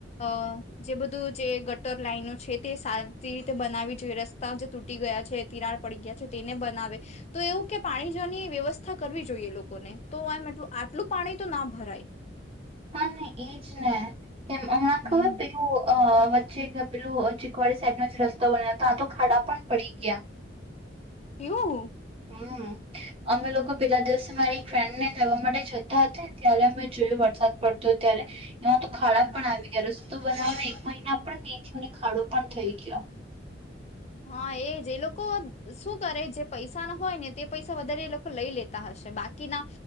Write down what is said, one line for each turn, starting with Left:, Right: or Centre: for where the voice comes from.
Left: અ જે બધું જે ગટર લાઈનો છે તે સારી રીતે બનાવી જોઈએ રસ્તા જે તૂટી ગયા છે તિરાડ પડી ગયા છે તેને બનાવે તો એવું કે પાણી જવાની વ્યવસ્થા કરવી જોઈએ લોકોને તો એમલ આટલું પાણી તો ના ભરાય
Right: હા નને એજ ને કેમ હમણાં ખબર
Left: હમ
Right: પ અ વચ્ચે એક પેલું ચીકવાડી સાઈડ નો રસ્તો બન્યો હતો આ તો ખાડા પણ પડી ગયા
Left: એવું
Right: હમ અમે લોકો પેલા દિવસે મારી એક ફ્રેન્ડ ને લેવા માટે જતા હતા ત્યારે અમે જોયું વરસાદ પડતો ત્યારે એમાં તો ખાડા
Left: હમ
Right: પણ આવી ગયા રસ્તો બનાવને એક મહિના પણ નહી થયો અને ખાડો પણ થઈ ગયો
Left: હા એજ એ લોકો શું કરે જે પૈસા ના હોય ને તે પૈસા વધારે એ લોકો લઈ લે હશે બાકીના